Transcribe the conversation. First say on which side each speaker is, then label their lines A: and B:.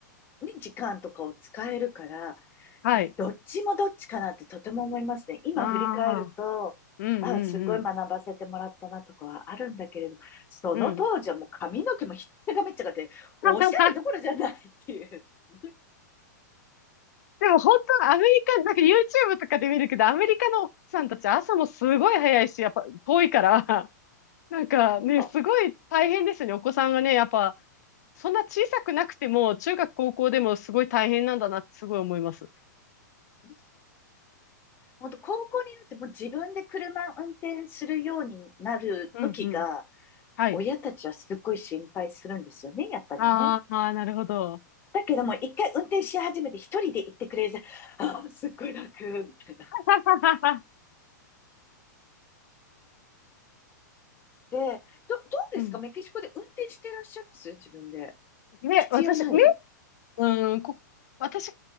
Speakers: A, on the left; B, on the left.
A: に時間とかを使えるから、
B: はい。
A: どっちもどっちかなってとても思いますね。今振り返ると、
B: ああ。うんうんうん。
A: あ、すごい学ばせてもらったなとかはあるんだけれど、その当時はもう髪の毛もひっちゃかめっちゃかって、
B: うん。
A: おしゃれどころじゃないっていう。
B: <laughs>
A: <laughs>
B: でも本当のアメリカ、なんか YouTube とかで見るけど、アメリカの奥さんたち朝もすごい早いし、やっぱ遠いから、<laughs> なんかね、
A: そ
B: すごい大変ですよね。お子さんがね、やっぱ、そんな小さくなくても、中学、高校でもすごい大変なんだなってすごい思います。
A: う。本当高校になってもう自分で車を運転するようになる時が、
B: うんうん。はい。
A: 親たちはすっごい心配するんですよね、やっぱりね。
B: あーあなるほど。
A: だけども、一回運転し始めて一人で行ってくれるあ、すっごい楽、みたいな。
B: <laughs>
A: で、ど、どうですかメキシコで運転してらっしゃいます自分で。
B: うん。で、
A: 必要ない
B: 私、ね、うん、こ、私、